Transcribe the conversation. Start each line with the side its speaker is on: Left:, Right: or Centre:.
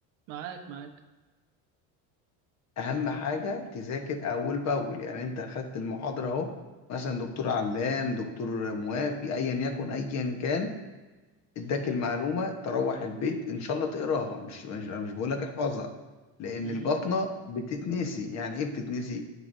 Right: معاك معاك
Left: أهم حاجة تذاكر أول بأول يعني أنت أخدت المحاضرة أهو مثلا دكتور علام دكتور موافي أيا يكن أيا كان اداك المعلومة تروح البيت إن شاء الله تقراها مش مش أنا مش بقول لك احفظها لأن
Right: امم
Left: البطنة بتتنسي يعني إيه بتتنسي؟